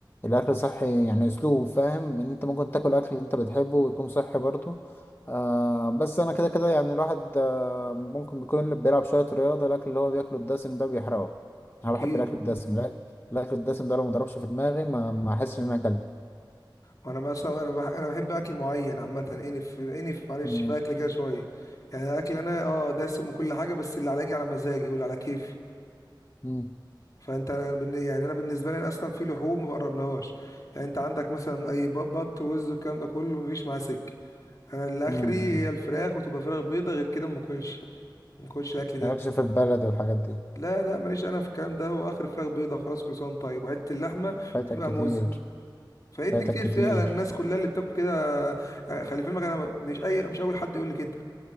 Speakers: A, on the left (about 30°); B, on the left (about 45°).
A: الاكل صحي يعني اسلوب فاهم ان انت ممكن تاكل اكل انت بتحبه ويكون صحي برضه آه بس انا كده كده يعني الواحد آه ممكن بيكون اللي بيلعب شويه رياضه الاكل اللي هو بياكله الدسم ده بيحرقه
B: <laughs>
A: انا
B: أكيد
A: بحب الاكل الدسم الاكل الدسم ده لو ما ضربش في دماغي ما ما احسش ان انا اكلت
B: وانا مثلا انا بح... انا بحب اكل معين عامه انف انف معلش
A: مم،
B: في اكل كده شويه يعني اكل انا اه دسم وكل حاجه بس اللي على يجي على مزاجي واللي على كيفي
A: مم،
B: فانت انا بن... يعني انا بالنسبه لي انا اصلا في لحوم ما بقربلهاش يعني انت عندك مثلا اي ب- بط ووز والكلام ده كله مفيش معاه سكه انا اللي
A: مم،
B: اخري
A: مم.
B: هي الفراخ وتبقى فراخ بيضه غير كده ما باكلش ما باكلش الاكل ده
A: مالكش في البلد والحاجات دي
B: لا لا ماليش انا في الكلام ده هو اخر فراخ بيضه وخلاص كل سنه وأنت طيب وحته اللحمه
A: فايتك
B: وتبقى
A: كتير
B: موزه فايتني
A: فايتك
B: كتير
A: كتير
B: فعلا الناس كلها اللي بتاكل كده آه، خلي في علمك انا مش اي مش اول حد يقول لي كده